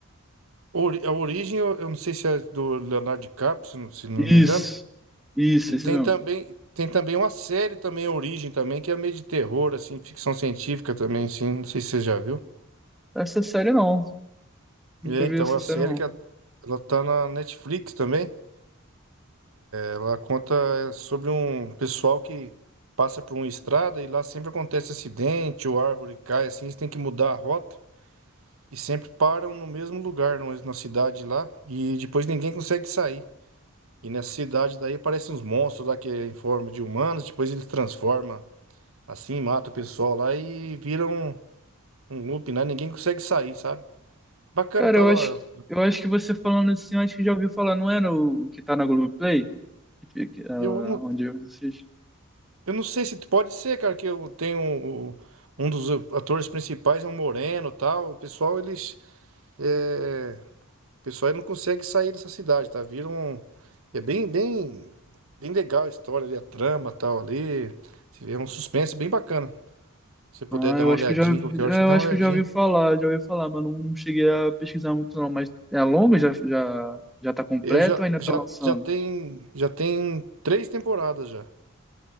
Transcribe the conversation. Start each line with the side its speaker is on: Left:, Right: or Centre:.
Right: ori- a origem eu, eu não sei se é do Leonardo DiCaprio, se não, se não
Centre: Isso,
Right: me engano.
Centre: isso,
Right: E tem
Centre: esse mesmo.
Right: também, tem também uma série também, a Origem também, que é meio de terror, assim, ficção científica também, assim, não sei se você já viu.
Centre: Essa série não. Nunca
Right: E é, então,
Centre: vi essa
Right: a
Centre: série
Right: série
Centre: não.
Right: que ela, ela tá na Netflix também. Ela conta eh, sobre um pessoal que passa por uma estrada e lá sempre acontece acidente ou árvore cai, assim, eles têm que mudar a rota e sempre param no mesmo lugar, numa- na cidade lá, e depois ninguém consegue sair. E nessa cidade daí aparecem uns monstros lá que é em forma de humanos, depois eles transformam assim, mata o pessoal lá e viram um, um loop, né? Ninguém consegue sair, sabe? Bacana,
Centre: Cara,
Right: tava.
Centre: eu acho, eu acho que você falando assim, eu acho que já ouviu falar, não é no, o que tá na Globoplay? Que fica, ah,
Right: Eu, não-
Centre: onde eu assisto?
Right: Eu não sei se pode ser, cara, que eu tenho um, um dos atores principais é um moreno, e tal. O pessoal eles é, o pessoal ele não consegue sair dessa cidade, tá? Vira um é bem bem bem legal a história ali, a trama, tal ali. Você vê, É um suspense bem bacana. Se você puder
Centre: Ah,
Right: dar
Centre: eu
Right: uma
Centre: acho
Right: olhadinha,
Centre: que eu já, é,
Right: qualquer hora você dá
Centre: eu acho
Right: uma olhadinha.
Centre: que eu já ouvi falar, já ouvi falar, mas não cheguei a pesquisar muito não. Mas é longa? Já, já, já tá completo
Right: Eu já
Centre: ou ainda
Right: já
Centre: tá lançando?
Right: já tem já tem três temporadas já.